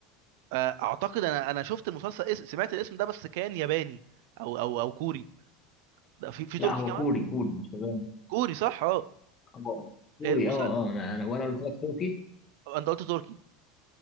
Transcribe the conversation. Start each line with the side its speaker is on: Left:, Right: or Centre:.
Right: آه، اعتقد انا انا شفت المسلسل اس- سمعت الاسم ده بس كان ياباني او او او كوري ده في في
Left: لا
Right: تركي
Left: هو
Right: كمان
Left: كوري كوري مش ياباني
Right: كوري صح اه
Left: هو كوري
Right: المسلسل
Left: اه اه انا انا وانا قلت لك تركي
Right: انت قلت تركي